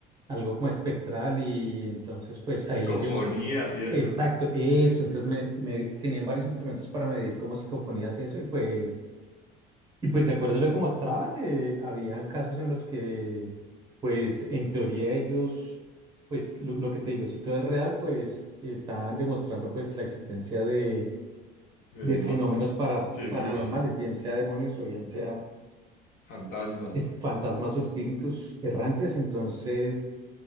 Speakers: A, on the right; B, on the left.
A: algo como espectral y entonces pues
B: Psicofonías
A: ahí ellos...
B: y eso,
A: Exacto, eso. Entonces me, me- tenían varios instrumentos para medir como psicofonías y eso, y pues y pues de acuerdo a lo que mostraban, eh, habían casos en los que, pues en teoría ellos, pues lo, lo que te digo, si todo es real, pues estaban demostrando pues la existencia de,
B: de
A: de
B: demonios.
A: fenómenos para,
B: Sí,
A: paranormales,
B: uy, sí,
A: bien sea demonios o bien sea
B: fantasmas.
A: es- fantasmas o espíritus errantes. Entonces,